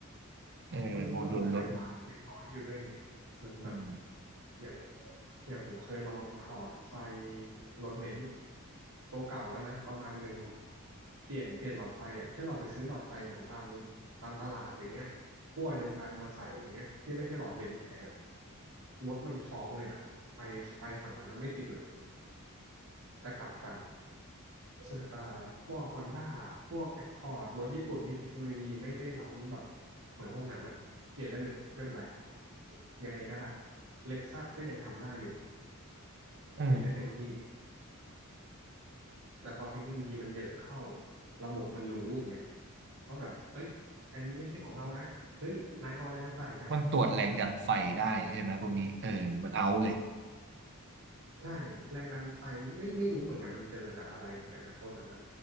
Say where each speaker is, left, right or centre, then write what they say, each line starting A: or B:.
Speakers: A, on the right; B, on the right.
A: เออโมดูลรถ
B: มันระบบไฟฟ้ามันยังน้อยอยู่ด้วยไง มันแบบ
A: อืม
B: อย่างอย่างผมเคยลองถอดไฟรถเบนซ์ตัวเก่าแล้วนะประมาณหนึ่งเปลี่ยนเปลี่ยนหลอดไฟอ่ะแค่เราไปซื้อหลอดไฟเหมือนตามตามตลาดอย่างเงี้ยขั้วเดียวกันมาใส่อย่างเงี้ยที่ไม่ใช่หลอดเบนซ์แท้อะรถมันฟ้องเลยนะไฟไฟฝั่งนั้นนะไม่ติดเลยแต่กลับกันซึ่งเอ่อพวกฮอนด้าพวกแอคคอร์ดรถญี่ปุ่นที่เทคโนโลยีไม่ได้ล้ำแบบเหมือนพวกนั้นอ่ะเปลี่ยนได้เลยไม่เป็นไร ยังไงก็ได้ Lexus ก็ยังทำได้อยู่
A: เออ
B: เปลี่ยนได้เต็มที่ แต่พอเทคโนโลยีมันเยอะเข้า ระบบมันรู้อย่างเงี้ยว่าแบบเอ้ยอันนี้ไม่ใช่ของเรานะเฮ้ยนายเอาอะไรมาใส่นะ
A: มันตรวจแรงดันไฟได้ใช่ไหมพวกนี้เออมันเอาเลย
B: เอาเลย ใช่ แรงดันไฟไม่ไม่รู้เหมือนกันมันเจอจากอะไรเหมือนกันนะต้นนั้นอ่ะ